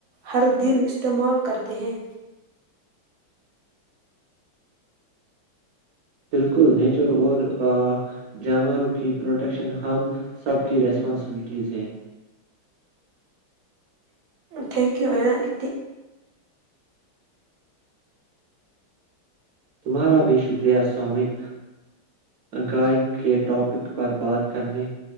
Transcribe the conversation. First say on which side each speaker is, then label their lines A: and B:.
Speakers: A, on the right; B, on the right.
A: ہر دن استعمال کرتے ہیں
B: بالکل نیچر اور جانوروں کی پروٹکشن ہم سب کی ریسپانسبلٹیز ہیں
A: تھینک یو آتی <unintelligible>
B: تمہارا بھی شکریہ سامک گائےک کے ٹاپک پر بات کرنے